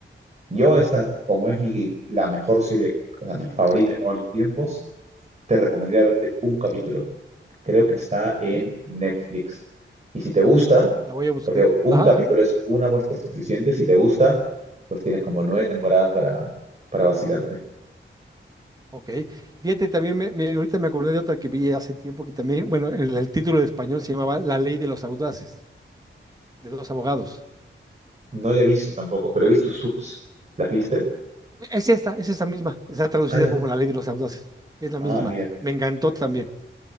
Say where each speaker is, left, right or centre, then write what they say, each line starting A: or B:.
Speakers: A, on the right; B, on the right.
A: Yo esta, como es mi, la mejor serie, o sea, mi favorita de todos los tiempos, te recomendaría verte un capítulo. Creo que está
B: Ok,
A: en Netflix. Y si te gusta,
B: la voy a buscar.
A: porque un
B: Ajá,
A: capítulo
B: ajá,
A: es una muestra suficiente, si te gusta, pues tienes como nueve temporadas para, para vacilarte.
B: ok. Fíjate, también me, me- ahorita me acordé de otra que vi hace tiempo que también, bueno, el, el título de español se llamaba La ley de los audaces, de dos abogados.
A: No la he visto tampoco, pero he visto Suits. ¿Las viste?
B: Es esta, es esta misma. Está traducida
A: Ala.
B: como La Ley de los Audaces. Es la
A: Ah,
B: misma.
A: mira.
B: Me encantó también.